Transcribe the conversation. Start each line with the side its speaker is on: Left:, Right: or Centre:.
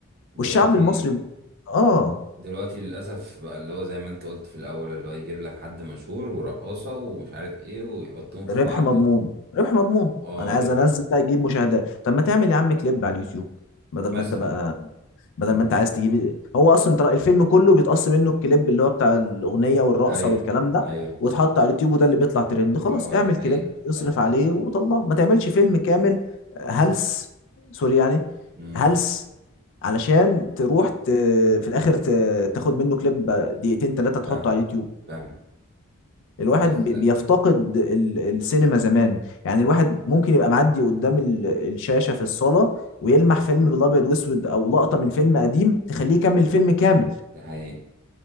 Right: دلوقتي
Left: والشعب المصري اه
Right: دلوقتي للأسف بقى اللي هو زي ما انت قلت في الأول اللي هو يجيب لك حد مشهور ورقاصة ومش عارف ايه ويحطهم في
Left: ربح
Right: بعض
Left: مضمون
Right: و...
Left: ربح مضمون
Right: اه
Left: انا عايز
Right: ربح
Left: انزل
Right: معجب
Left: ده يجيب مشاهدات طب ما تعمل يا عم كليب على اليوتيوب بدل
Right: مثلا
Left: ما انت بقى بدل
Right: امم
Left: ما انت عايز تجيب هو اصلا ترى الفيلم كله بيتقص منه الكليب اللي هو بتاع الاغنيه والرقصه
Right: ايوه
Left: والكلام ده
Right: ايوه
Left: واتحط على اليوتيوب وده اللي بيطلع ترند خلاص
Right: اه
Left: اعمل
Right: ده حقيقة
Left: كليب اصرف
Right: ده حقيقة
Left: عليه وطلعه ما تعملش فيلم كامل هلس سوري يعني
Right: امم
Left: هلس علشان تروح ت... في الاخر ت... تاخد منه كليب دقيقتين ثلاثه تحطه
Right: فاهم
Left: على اليوتيوب
Right: فاهم
Left: الواحد
Right: بس
Left: بي- بيفتقد ال- السينما زمان يعني الواحد ممكن يبقى معدي قدام ال- الشاشة في الصالة ويلمح فيلم بالابيض واسود او لقطة من فيلم قديم تخليه يكمل الفيلم كامل
Right: ده حقيقي